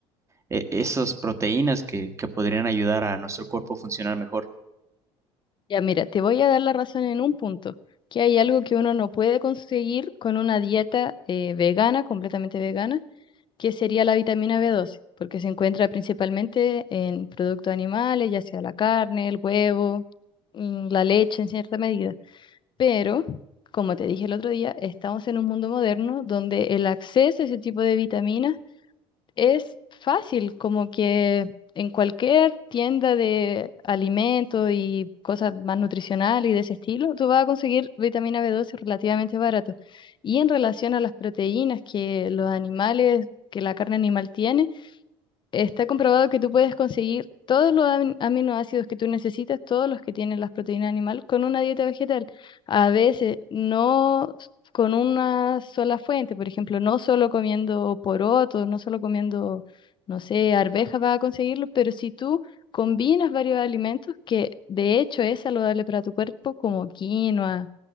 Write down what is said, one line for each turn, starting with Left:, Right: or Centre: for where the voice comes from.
Right: eh, esas proteínas que, que podrían ayudar a nuestro cuerpo a funcionar mejor.
Left: Ya, mira, te voy a dar la razón en un punto, que hay algo que uno no puede conseguir con una dieta eh, vegana, completamente vegana, que sería la vitamina B12, porque se encuentra principalmente en productos animales, ya sea la carne, el huevo, mm, la leche en cierta medida. Pero, como te dije el otro día, estamos en un mundo moderno donde el acceso a ese tipo de vitaminas es fácil, como que en cualquier tienda de alimentos y cosas más nutricionales y de ese estilo, tú vas a conseguir vitamina b doce relativamente barato. Y en relación a las proteínas que los animales, que la carne animal tiene, Está comprobado que tú puedes conseguir todos los ami- aminoácidos que tú necesitas, todos los que tienen las proteínas animal, con una dieta vegetal. A veces no s- con una sola fuente, por ejemplo, no solo comiendo porotos, no solo comiendo, no sé, arvejas vas a conseguirlo, pero si tú combinas varios alimentos que de hecho es saludable para tu cuerpo, como quinoa,